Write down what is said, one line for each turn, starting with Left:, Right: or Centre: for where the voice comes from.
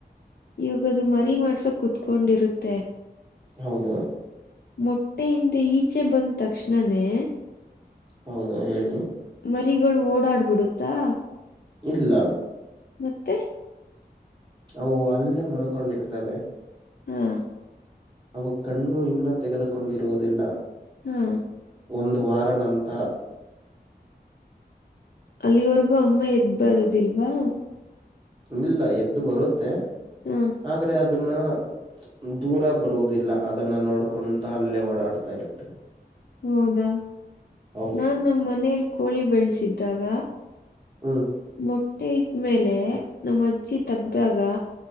Left: ಇವಾಗದು ಮರಿ ಮಾಡ್ಸೋಕ್ ಕೂತ್ಕೊಂಡಿರುತ್ತೆ.
Right: ಹೌದ
Left: ಮೊಟ್ಟೆಯಿಂದ ಈಚೆ ಬಂದ್ ತಕ್ಷಣನೇ
Right: ಹೌದಾ ಹೇಳಿ
Left: ಮರಿಗಳು ಓಡಾಡ್ಬಿಡುತ್ತಾ
Right: ಇಲ್ಲ
Left: ಮತ್ತೆ
Right: ಅವು ಅಲ್ಲೇ ಮಲ್ಕೊಂಡಿರ್ತವೆ
Left: ಹಾ
Right: ಅವು ಕಣ್ಣು ಇನ್ನು ತೆಗೆದುಕೊಂಡಿರುವುದಿಲ್ಲ
Left: ಹ್ಮ್
Right: ಒಂದು ವಾರ ನಂತರ
Left: ಅಲ್ಲಿವರೆಗೂ ಅಮ್ಮ ಎದ್ ಬರದಿಲ್ವಾ
Right: ಇಲ್ಲ ಎದ್ದು ಬರುತ್ತೆ
Left: ಹ್ಮ
Right: ಆದ್ರೆ ಅದನ್ನ ದೂರ ಬರುವುದಿಲ್ಲ ಅದನ್ನ ನೋಡ್ಕೊಂತ ಅಲ್ಲೇ ಓಡಾಡ್ತಾ ಇರುತ್ತೆ
Left: ಹೌದಾ
Right: ಹೌದು
Left: ನಾನ್ ನಮ್ಮ ಮನೇಯಲ್ಲಿ ಕೋಳಿ ಬೆಳೆಸಿದ್ದಾಗ
Right: ಹ್ಮ್
Left: ಮೊಟ್ಟೆ ಇಟ್ಟ್ಮೇಲೆ ನಮ್ಮ್ ಅಜ್ಜಿ ತಗ್ದಾಗ